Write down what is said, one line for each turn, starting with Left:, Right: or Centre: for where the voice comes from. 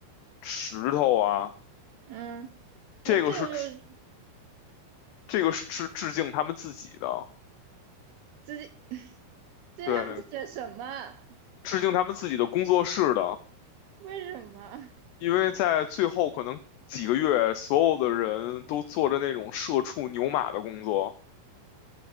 Left: 石头啊，
Right: 嗯，那这个就是
Left: 这个是致这个是致敬他们自己的，
Right: 致敬 <laughs> 这是他们自己的什么？
Left: 对，致敬他们自己的工作室的。
Right: 为什么？
Left: 因为在最后可能几个月，所有的人都做着那种社畜牛马的工作，